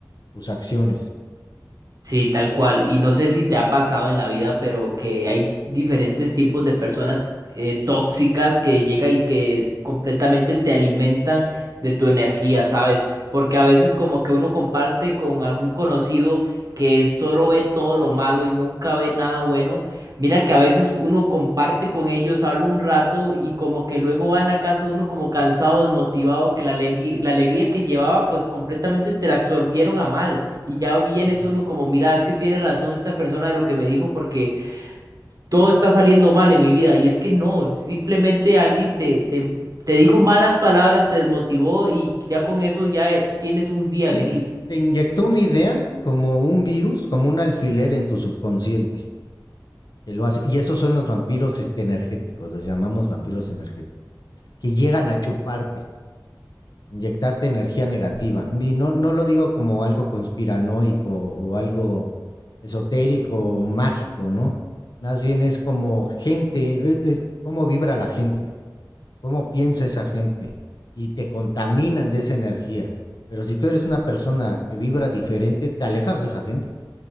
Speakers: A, on the left; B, on the right.
A: tus acciones.
B: Sí, tal cual. Y no sé si te ha pasado en la vida, pero que hay diferentes tipos de personas eh, tóxicas que llega y que completamente te alimentan de tu energía, ¿sabes? Porque a veces como que uno comparte con algún conocido que solo ve todo lo malo y nunca ve nada bueno. Mira que a veces uno comparte con ellos, habla un rato y como que luego va en la casa uno como cansado, desmotivado, que la alegría, la alegría que llevaba pues completamente te la absorbieron a mal. Y ya vienes
A: Uh-huh.
B: uno como, mira, es que tiene razón esta persona de lo que me dijo porque todo está saliendo mal en mi vida. Y es que no, simplemente alguien te, te, te dijo malas palabras, te desmotivó y ya con eso ya eh, tienes un día
A: Y
B: gris.
A: te, te inyectó una idea como un virus, como un alfiler en tu subconsciente, que lo hace. Y esos son los vampiros este, energéticos, los llamamos vampiros energéticos, que llegan a chuparte, inyectarte energía negativa. Y no, no lo digo como algo conspiranoico o algo esotérico o mágico, ¿no? Más bien es como gente, eh, eh, cómo vibra la gente. cómo piensa esa gente y te contaminan de esa energía. Pero si tú eres una persona que vibra diferente, te alejas de esa gente,